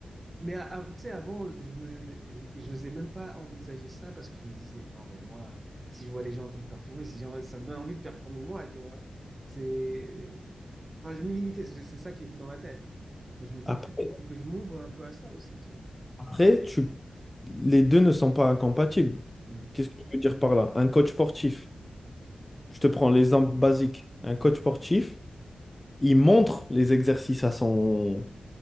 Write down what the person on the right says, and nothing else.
Mais a- a- tu sais, avant, je me, je n'osais même pas envisager ça parce que je me disais, non, mais moi, si je vois des gens en train de performer, si j'ai- ça me donne envie de performer moi, tu vois. C'est, enfin, je me limitais, c'est c'est ça qui était dans ma tête. Mais je me dis,
peut-être qu'il faut que je m'ouvre un peu à ça aussi, tu vois.
Mm,